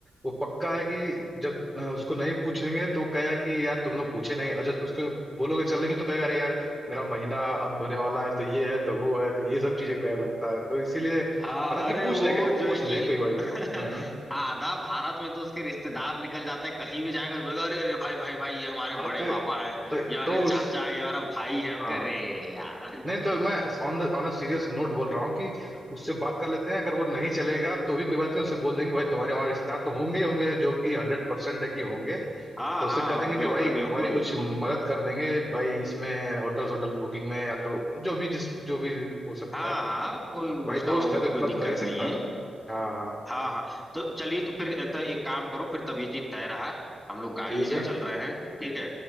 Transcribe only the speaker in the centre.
हाँ अरे
वो
जो
है
कि
<laughs>
आधा भारत में तो उसके रिश्तेदार निकल जाते हैं कहीं भी जाएगा तो बोलेगा अरे अरे भाई भाई भाई ये हमारे
बड़े
पापा
हैं ये हमारे
चाचा
है ये हमारा भाई है हम
कह रे यार
हाँ
हाँ
बिल्कुल
बिल्कुल
हाँ
हाँ कोई उसका
वो
कोई दिक्कत
नहीं है
हाँ हाँ तो चलिए तो फिर तो एक काम करो फिर तब ये चीज तय रहा हम लोग गाड़ी
से
चल रहे हैं ठीक है